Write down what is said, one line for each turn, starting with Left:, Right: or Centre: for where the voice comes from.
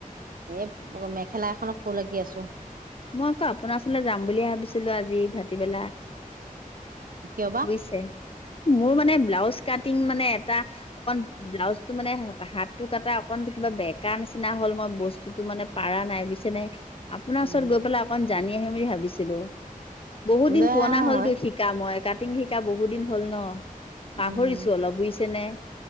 Right: এ মেখেলা এখনত ফুল আকি আছো।
Left: মই আকৌ আপোনাৰ ওচৰলৈ যাম বুলিয়ে ভাবিছিলো আজি ভাটিবেলা।
Right: কিয় বা
Left: বুজিছে মোৰ মানে ব্লাউজ কাটিং মানে এটা অকন ব্লাউজটো মানে হাতটো কাটা অকন কিবা বেকা নিচিনা হ'ল মই বস্তুটো মানে পাৰা নাই বুইছেনে। আপোনা চৰত
Right: উম
Left: গৈ পেলাই অকণ জানি আহিম বুলি ভাবিছিলো। বহুত দিন
Right: লৈ
Left: পুৰণা
Right: অহা
Left: হ'লতো
Right: হয়
Left: শিকা মই। কাটিং শিকা বহুত দিন হ'ল ন? পাহৰিছো
Right: উম
Left: অলপ বুইছেনে?